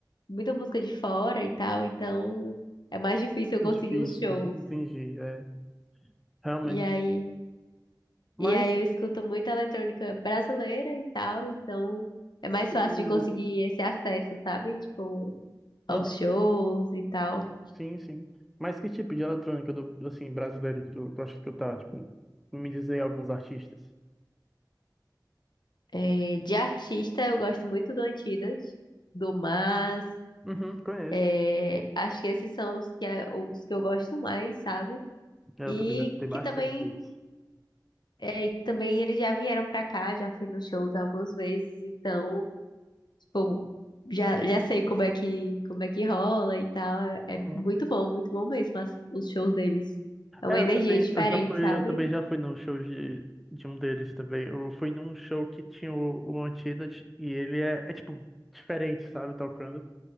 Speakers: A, on the left (about 75°); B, in the centre.
A: muita música de fora e tal. Então é mais difícil eu conseguir
B: É difícil,
A: os shows.
B: né? Entendi, é, realmente.
A: E aí.
B: Mas,
A: E aí eu escuto muita eletrônica brasileira e tal, então é mais
B: tipo,
A: fácil de conseguir esse acesso, sabe? Tipo,
B: aham,
A: aos shows e tal.
B: sim, sim. Mas que tipo de eletrônica do, assim, brasileiro que tu, tu acha que tu tá, tipo, me diz aí alguns artistas.
A: É, de artista, eu gosto muito do Antidas, do Mas.
B: Uhum, conheço.
A: é, acho que esses são os que, é, os que eu gosto mais, sabe?
B: É,
A: E
B: Eu também já escutei bastante
A: que também,
B: deles.
A: é, que também eles já vieram pra cá, já fui nos shows algumas vezes, então. Tipo, já, já sei como é que, como é que rola e tal. É,
B: Uhum.
A: é muito bom, muito bom mesmo as- os shows deles. É
B: É,
A: uma energia
B: eu também,
A: diferente,
B: eu já fui,
A: sabe?
B: eu também já fui num show de, de um deles também. Eu fui num show que tinha o, o Antidote e ele é, é tipo diferente, sabe, tocando.